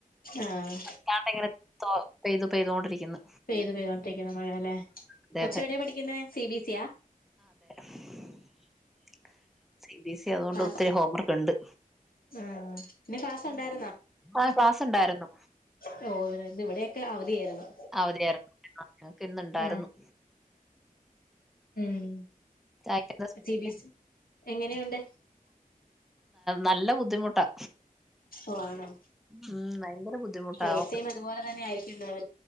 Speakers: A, on the left; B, in the centre.
A: ആഹ്
B: അല്ലാതെ ഇങ്ങനെ പെയ്തു പെയ്തുകൊണ്ടിരിക്കുന്നു
A: പെയ്തു പെയ്തുകൊണ്ടിരിക്കുന്നു മഴഅല്ലെ
B: അതെ
A: കൊച്ച്
B: അതെ
A: എവിടെയാ പഠിക്കുന്ന സി ബി സിയ
B: <unintelligible> സി ബിസ് സ അതുകൊണ്ട്
A: ക്ലാസ്
B: ഒത്തിരി ഹോം വർക്ക് ഉണ്ട്
A: ആഹ് ഇന്ന് ക്ലാസ് ഉണ്ടായിരുന്നോ
B: ആഹ ക്ലാസ് ഉണ്ടായിരുന്നു
A: <unintelligible> ഓ ഇവിടെയൊക്കെ അവധിയായിരുന്നു
B: അവധായിരുന്നു - ഞങ്ങൾക്ക് ഇന്ന് ഇണ്ടായിരുന്നു
A: ആഹ് ഉം
B: ചായക്കെന്താ സ്പെഷ്യല്
A: സി ബിസി -എങ്ങനെയുണ്ട്
B: നല്ല ബുദ്ധിമുട്ടാ
A: ആണോ-
B: ഉം ഭയങ്കര ബുദ്ധിമുട്ടാവും.
A: പൈസയും അതുപോലെ തന്നെ ആയിരിക്കും ഉണ്ടാവ